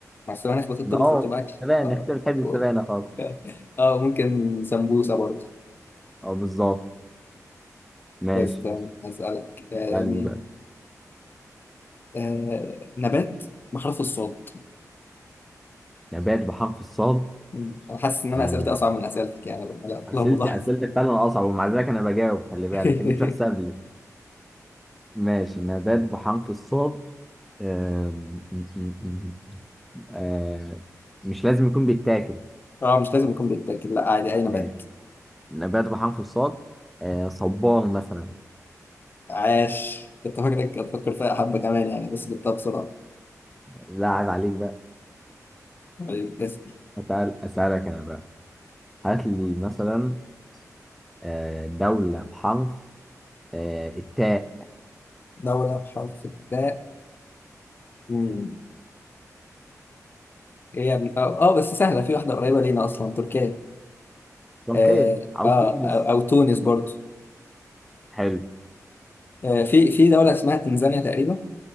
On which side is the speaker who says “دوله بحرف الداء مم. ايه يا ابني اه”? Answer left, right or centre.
Left